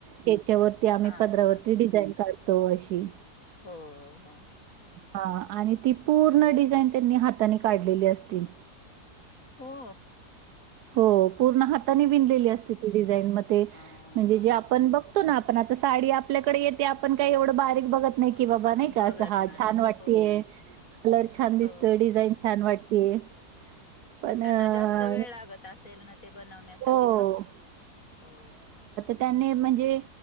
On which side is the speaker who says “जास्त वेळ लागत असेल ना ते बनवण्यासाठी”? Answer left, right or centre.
Left